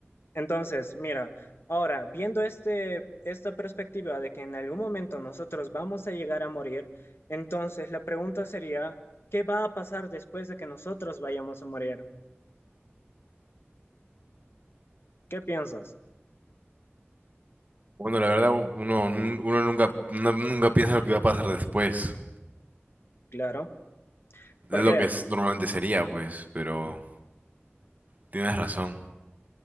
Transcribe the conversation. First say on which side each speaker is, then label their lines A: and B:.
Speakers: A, on the left; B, on the right.
A: Entonces, mira, ahora viendo este, esta perspectiva de que en algún momento nosotros vamos a llegar a morir, entonces la pregunta sería, ¿qué va a pasar después de que nosotros vayamos a morir? ¿Qué piensas?
B: Bueno, la verdad, uno, uno nunca, no- nunca piensa lo que va a pasar después.
A: Claro. ¿Por
B: Es lo
A: qué?
B: que es- normalmente sería, pues, pero tienes razón.